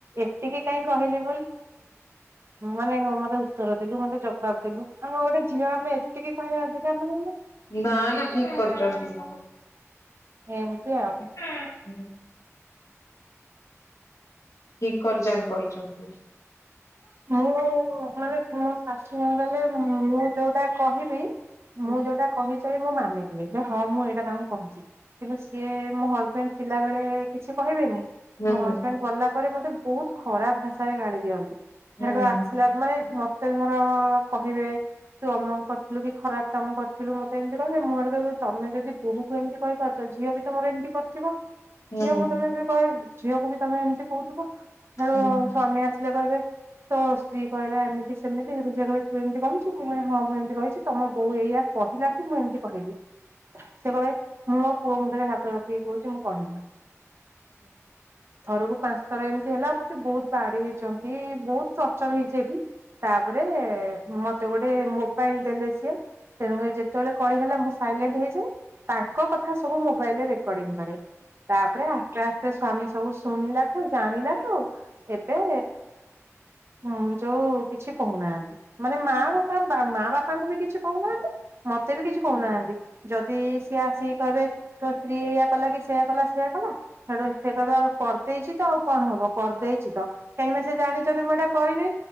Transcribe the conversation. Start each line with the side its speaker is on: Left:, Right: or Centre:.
Right: ଏତିକି କାଇହିଁ କହିଲି ମାନେ ମତେ ଉତ୍ତର ଦେଲୁ ମତେ ଜବାବ ଦେଲୁ ଆମ ଗୋଟେ ଝିଅ ଆମେ ଏତିକି କହିବା ଅଧିକାର ନୁହଁ।
Left: ନା ନା ଠିକ କରିଚନ୍ତି।
Right: ଏମିତି ଆଉ।
Left: ହଁ। ଠିକ କରିଚନ୍ତି କହିକି।
Right: ହଁ ମ <unintelligible> <unintelligible> ଗଲେ ମୁଁ ଯୋଉଟା କହିବି
Left: ହୁଁ
Right: ମୁଁ ଯୋଉଟା କହିି ସେ ମୁଁ ମାନିଦିଏ ଯେ ହଁ ମୁଁ ଏଇଟା ତାଙ୍କୁ କହିଚି। କିନ୍ତୁ ସିଏ ମୋ ହଜବେଣ୍ଡ ଥିଲାବେଳେ କିଛି କହିବେନି,
Left: ହୁଁ
Right: ମୋ ହଜବେଣ୍ଡ ଗଲା ପରେ ମତେ ବୋହୁତ ଖରାପ ଭାଷାରେ ଗାଳି ଦିଅନ୍ତି,
Left: ହୁଁ
Right: ସେଠୁ ନା ମାନେ ମତେ ଧର କହିବେ ତୁ ଅମ କରିଥିଲୁ କି ଖରାପ କାମ କରିଥିଲୁ, ମତେ ଏମିତି କରିଥିଲୁ ମୁଁ ଆଡେ କହ ତମେ ଯଦି ବହୁ ତୁ ଏମିତି କହିରୁଥିବ ଝିଅ ବି ତମର ଏମିତି କରିଥିବ।
Left: ହୁଁ
Right: ଝିଅକୁ ତମେ ବି କହ ଝିଅକୁ ବି ତମେ ଏମିତି କୋହୁଥିବ।
Left: ହୁଁ।
Right: ସ୍ଵାମୀ ଆସିଲେ କହିବେ ତୋ ସ୍ତ୍ରୀ କହିଲା ଏମିତି। ସେମିତି ସେଠୁ ସେ କହିବେ ତୁ ଏମିତି କହିଚୁ ମୁଁ ହଁ ମୁଁ ଏମିତି କହିଛି ତମ ବୋଉ ଏଇଆ କହିଲାଠୁ ମୁଁ ଏମିତି କହିଲି ସେ କ ମୁଁ ମୋ ପୁଅ ମୁଣ୍ଡରେ ହାତ ରଖିକି କୋହୁଚି ମୁଁ କହିନି। ଥରକୁ ପାଞ୍ଚ ଥର ଏମିତି ହେଲା ମତେ ବହୁତ ବାଡି ହେଇଛନ୍ତି ବହୁତ ପ୍ରଚର ହେଇଛି ଏଠି ତାପରେ ମତେ ଗୋଟେ ମୋବାଇଲ ଦେଲେ ସିଏ ତେଣୁଙ୍ଗରି ଯେତେବେଳେ କଳି ହେଲା ମୁଁ ସାଇଲେଣ୍ଟ ହେଇଯିବି ତାଙ୍କ କଥା ସବୁ ମୋବାଇଲ ରେ ରେକର୍ଡିଙ୍ଗ କରେ ତାପରେ ରାେ ଆସ୍ତେ ସଵାମୀ ସବୁ ଶୁଣିଲାଠୁ ଜାଣିଲାଠୁ ଏବେ ହୁଁ ଯୋଉ କିଛି କହୁନାହାନ୍ତି ମାନେ ମା ବାପା ମା ବାପାଙ୍କୁ ବି କିଛି କହୁନାହାନ୍ତି ମତେ ବି କିଛି କହୁନାହାନ୍ତି ଯଦି ସିଏ ଆସିକି କହିବେ ତୋ ସ୍ତ୍ରୀ ଏଇୟଆ କଲା କି ସେଇୟଆ କଲା ଆ କଲା ସେଡୁ ଏ ସେ କବେ ଆଉ କରିଦେଇଛି ତ ଆଉ କଣ ହବ କରିଦେଇଛି ତ କାହିଁକିନା ସେ ଜାଣିଛନ୍ତି ମୁଁ ଏଇଟା କରିନି